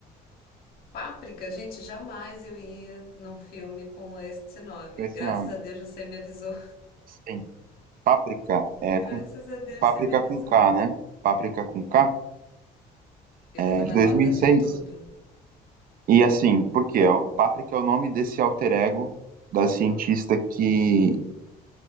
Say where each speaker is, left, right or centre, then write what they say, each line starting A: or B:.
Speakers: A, on the left (about 65°); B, on the right (about 55°).
A: Páprica, gente, jamais eu ia num filme com esse nome.
B: esse
A: Graças
B: nome.
A: a Deus você me avisou.
B: Sim. Páprica,
A: <laughs>
B: é,
A: Graças
B: com,
A: a Deus
B: Páprica
A: você me avisou.
B: com K, né? Páprica com K,
A: Eu
B: é,
A: vou tomar
B: de 2006.
A: nota de tudo.
B: E assim, por quê? É O Paprika é o nome desse alter ego da cientista que,